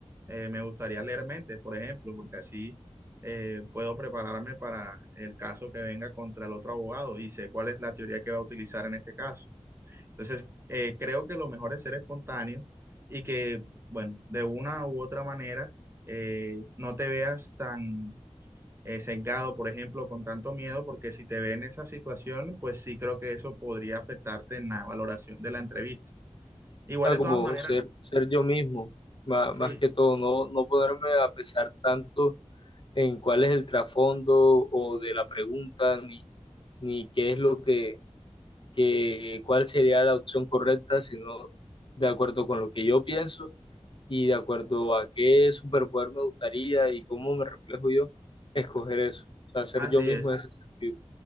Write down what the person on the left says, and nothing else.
O sea,
como
ser, ser yo mismo, ma-
más, que todo, no, no ponerme a pensar tanto en cuál es el trasfondo o de la pregunta, ni, ni qué es lo que, que, cuál sería la opción correcta, sino de acuerdo con lo que yo pienso y de acuerdo a qué superpoder me gustaría y cómo me reflejo yo, escoger eso. O sea, ser
yo mismo
en ese sentido.